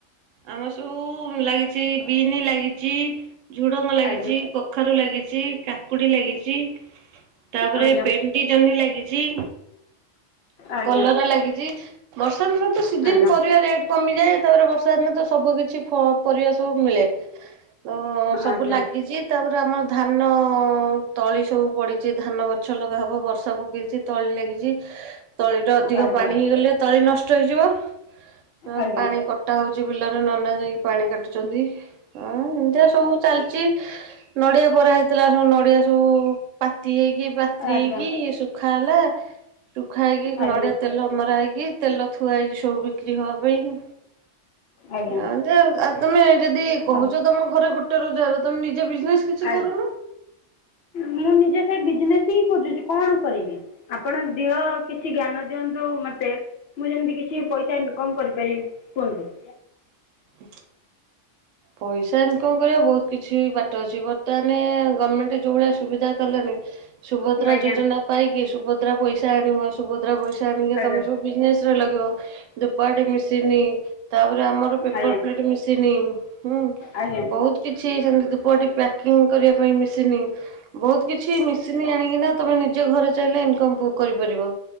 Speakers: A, on the right; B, on the left.
A: ଆମ ସବୁ ଲାଗିଚି ବିନି ଲାଗିଚି ଝୁଡଙ୍ଗ ଲାଗିଚି
B: ଆଜ୍ଞା
A: କଖାରୁ ଲାଗିଚି କା କୁଡି ଲାଗିଚି ତାପରେ
B: ଆଜ୍ଞା
A: ପେଣ୍ଟି ଜହ୍ନି ଲାଗିଚି।
B: ଆଜ୍ଞା
A: କଲରା ଲାଗିଚି ବର୍ଷା ଋତୁ ସିଜିନ୍
B: ଆଜ୍ଞା
A: ପରିବା ରେଟ୍ କମିଯାଏ ତାପରେ ବର୍ଷା ଦିନେ ତ ସବୁ କିିଛି ଫ ପରିବା ସବୁ ମିଳେ। ତ ସବୁ
B: ଆଜ୍ଞା।
A: ଲାଗିଛି ତାପରେ ଆମର ଧାନ ତଳି ସବୁ ପଡ଼ିଚି ଧାନ ଗଛ ଲଗା ହବ। ବର୍ଷା ପକେଇଚି ତଳି ଲାଗିଚି ତଳିରେ ଅଧିକ
B: ଆଜ୍ଞା
A: ପାଣି ହେଇଗଲେ ତଳି ନଷ୍ଟ ହେଇଯିବ। ତ
B: ଆଜ୍ଞା
A: ପାଣି
B: ଆଜ୍ଞା
A: କ ଟା ହଉଚି ବିଲରେ ନନା ଯାଇକି ପାଣି କାଟୁଚନ୍ତି ହଁ ଏମିତିଆ ସବୁ ଚାଲଚି। ନଡ଼ିଆ ବରା ହେଇଥିଲା ସବୁ ନଡିଆ ସବୁ ପାତି ହେଇକି ପାତ୍ରି
B: ଆଜ୍ଞା
A: ହେଇକି
B: ଆଜ୍ଞା।
A: ସୁ ଖା ହେଲା। ସୁୁଖା ହେଇକି
B: ଆଜ୍ଞା
A: ନଡିଆ ତେଲ ମରା ହେଇକି ତେଲ ଥୁଆ ହେଇଚି ସବୁ ବିକ୍ରି ହବା ପାଇଁ।
B: ଆଜ୍ଞା
A: ଆଉ ତେ ଆ ତମେ ଯେଦି କହୁଛ
B: ଆଉ
A: ତମ ଘରେ ଗୋ ଟ ରୋଜଗାର ତମେ ନିଜେ ବିଜନେସ୍ କିଛି
B: ଆଜ୍ଞା।
A: କରୁନ?
B: ମୁଁ ନିଜେ ସେଇ ବିଜନେସ୍ ହିଁ ଖୋଜୁଚି କଣ କରିବି। ଆପଣ ଦିଅ କିଛି ଜ୍ଞାନ ଦିଅନ୍ତୁ ମତେ। ମୁଁ ଯେମିତି କିଛି ପଇସା ଇନ୍‌କମ୍ କରିପାରିବି କୁହନ୍ତୁ।
A: ହ ପଇସା ଇନକମ୍ କରିବା ବହୁତ କିଛି ବାଟ ଅଛି ବର୍ତ୍ତଆନେ ଗମେଣ୍ଟେ ଯୋଉ ଭଳିଆ ସୁବିଧା କଲେଣି। ସୁଭଦ୍ରା
B: ଆଜ୍ଞା
A: ଯୋଜନା ପାଇକି ସୁଭଦ୍ରା ପଇସା ଆଣିବ ସୁଭଦ୍ରା ପଇସା ଆଣିକି
B: ଆଜ୍ଞା।
A: ତମେ ସବୁ ବିଜନେସ୍ ରେ ଲଗେଇବ ଧୂପଆଟି ମିସିନ ତାପରେ ଆମର
B: ଆଜ୍ଞା
A: ପେ ପର ପ୍ଲେଟ୍ ମିଶିନି ହୁଁ
B: ଆଜ୍ଞା
A: ବହୁତ୍ କିଛି ସେମିତି ଧୂପଆଟି ପ୍ୟାକିଂ କରିବା ପାଇଁ ମିଶିନି ବହୁତ କିଛି ମିଶ୍ ନି ଆଣିକିନା ତମେ ନିଜ ଘରେ ଚାଇଁଲେ ଇନ୍‌କମ୍ ପ କରିପାରିବ